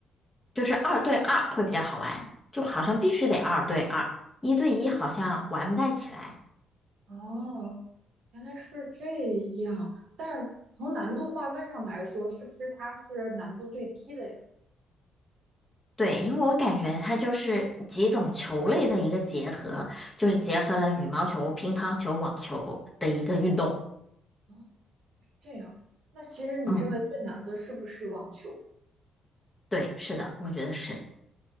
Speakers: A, on the left; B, on the right.
A: 就是二对二会比较好玩，就好像必须得二对二，一对一好像玩不太起来。
B: 哦，原来是这样。但是从难度划分上来说，是不是它是难度最低的呀？
A: 对，因为我感觉它就是几种球类的一个结合，就是结合了羽毛球、乒乓球、网球的一个运动。
B: 哦，这样。那其实你认为最难的是不是网球？
A: 嗯，对，是的，我觉得是。